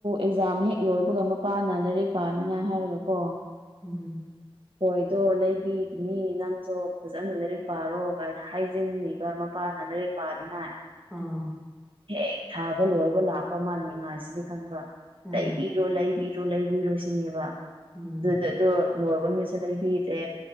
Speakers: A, on the right; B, in the centre.
A: ꯑꯦꯛꯖꯥꯝ ꯍꯦꯛ ꯂꯣꯏꯕꯒ ꯃꯄꯥꯅ ꯂꯥꯏꯔꯤꯛ ꯄꯥꯅꯤꯉꯥꯏ ꯍꯥꯏꯔꯒ ꯀꯣ
B: ꯎꯝ
A: ꯑꯣꯏꯗꯣ ꯂꯩ ꯕꯤꯒꯤꯅꯤ ꯅꯪꯁꯨ ꯐꯖꯅ ꯂꯥꯏꯔꯤꯛ ꯄꯥꯔꯣ ꯀꯥꯏꯅ ꯍꯥꯏꯖꯤꯟꯕ ꯃꯄꯥꯅ ꯂꯥꯏꯔꯤꯛ ꯄꯅꯤꯉꯥꯏ
B: ꯑꯥ
A: ꯍꯦꯛ ꯊꯥꯕ ꯂꯣꯏꯕ ꯂꯥꯛꯄ ꯃꯥꯅꯤꯡꯉꯥꯏꯁꯤꯗꯤ ꯈꯪꯕ꯭ꯔꯥ
B: ꯎꯝ
A: ꯇꯩꯕꯤ ꯔꯣ ꯂꯩꯕꯤꯔꯣ ꯂꯩꯕꯤꯔꯣ ꯁꯤꯅꯦꯕ
B: ꯎꯝ
A: ꯑꯗꯨꯣꯏ ꯁꯨ ꯂꯩꯕꯤꯗꯦ